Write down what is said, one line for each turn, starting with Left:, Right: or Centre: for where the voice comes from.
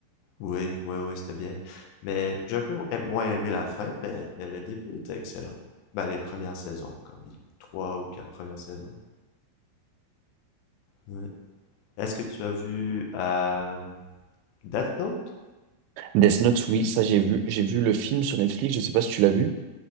Left: Oui, oui, oui, c'était bien. Mais j'ai un peu mo- moins aimé la fin, mais, mais le début était excellent. Ben, les premières saisons, comme les trois ou quatre premières saisons. Ouais. Est-ce que tu as vu euh, Death Note?
Right: Death Note, oui, ça, j'ai vu. J'ai vu le film sur Netflix. Je sais pas si tu l'as vu.